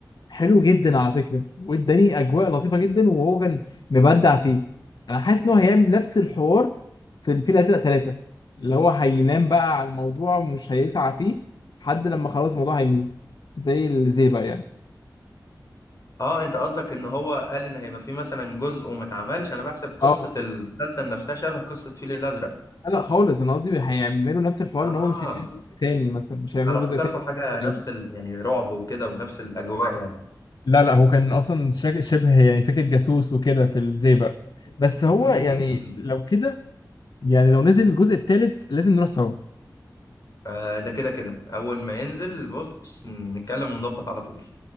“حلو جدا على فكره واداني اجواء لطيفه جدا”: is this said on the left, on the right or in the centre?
Left